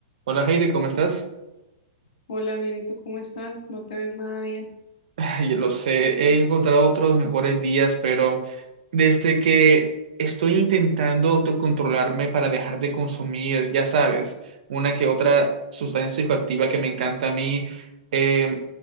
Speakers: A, on the right; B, on the left.
A: Hola Heidi, ¿cómo estás?
B: Hola, bien, ¿y tú cómo estás? No te ves nada bien,
A: <laughs> Yo lo sé, he encontrado otros mejores días, pero desde que estoy intentando autocontrolarme para dejar de consumir, ya sabes, una que otra sustancia psicoactiva que me encanta a mí, eh,